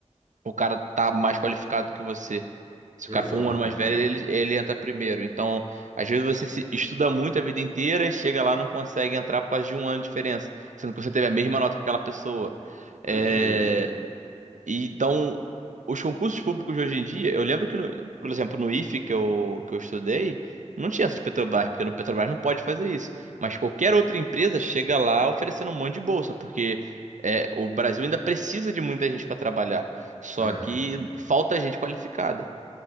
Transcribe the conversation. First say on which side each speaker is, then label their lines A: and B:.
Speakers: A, on the right (about 75°); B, on the right (about 35°).
A: O cara tá mais qualificado que você. Se
B: Exatamente.
A: o cara for um ano mais velho, ele, ele entra primeiro. Então, às vezes você se estuda muito a vida inteira e chega lá e não consegue entrar por causa de um ano de diferença, sendo que você teve a mesma nota que aquela pessoa. É,
B: Perfeito.
A: e, Então, os concursos públicos de hoje em dia, eu lembro que, no- por exemplo, no IFE que eu, que eu estudei, não tinha essa de Petrobras, porque no Petrobras não pode fazer isso. Mas qualquer outra empresa chega lá oferecendo um monte de bolsa, porque é, o Brasil ainda precisa de muita gente para trabalhar. Só
B: É.
A: que falta gente qualificada.